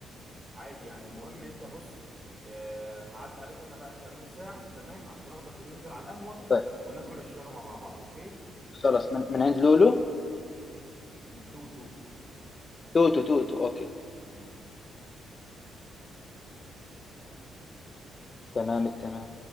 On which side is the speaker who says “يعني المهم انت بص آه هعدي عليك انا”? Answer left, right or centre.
Right